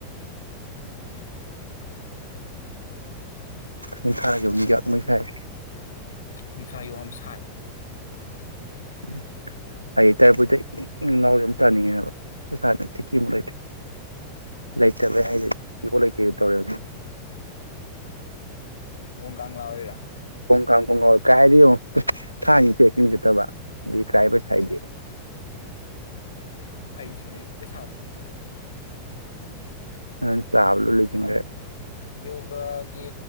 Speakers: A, on the left (about 70°); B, on the right (about 90°).
A: ꯎꯗꯅꯦ
B: ꯅꯤꯡ ꯊꯥ ꯌ ꯍꯖꯥꯛ ꯃꯩꯈꯥꯏ
A: ꯅꯨꯡꯁꯥ ꯌꯣꯝ ꯁꯥꯏꯌꯣ
B: ꯎꯝ ꯑꯩ ꯇꯔꯕꯨꯗ ꯏ ꯏꯅꯥꯎꯁ ꯌꯥꯝ ꯇꯥꯅꯤꯡꯉꯦꯕ ꯏꯁꯥꯅ ꯇꯤꯀꯤꯃꯨꯛ ꯂꯩꯇ꯭ꯔ ꯂꯩꯥꯏꯇ ꯏꯕꯨꯣ ꯂꯩꯇ ꯇꯧꯔꯦ
A: ꯀꯥꯡ ꯀꯪꯂꯂꯥ ꯑꯣꯏꯔ
B: ꯄꯣꯡ ꯀꯥꯡ ꯄꯣꯡꯥꯎ ꯀꯥꯏꯗꯤ ꯌꯦꯡꯉ ꯊꯥꯅꯤ ꯆꯦꯀꯤꯤꯡ ꯆꯠꯇꯕ ꯑꯗꯨꯗꯤ ꯀꯥꯏ ꯄꯩꯁꯥ ꯍꯥꯏꯗꯦ
A: ꯑꯩꯁꯨꯅꯦ ꯄꯩꯁꯥꯗ
B: ꯑ ꯆꯕꯂ ꯂꯩꯗꯤꯒꯦ
A: ꯌꯣꯒꯒꯤ